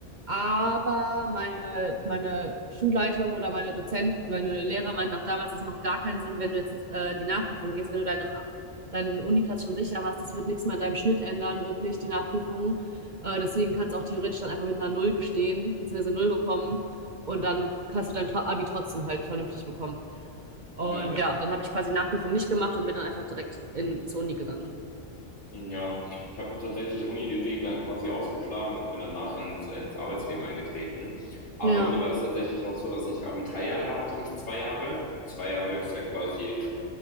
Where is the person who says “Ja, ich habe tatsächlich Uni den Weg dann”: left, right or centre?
Left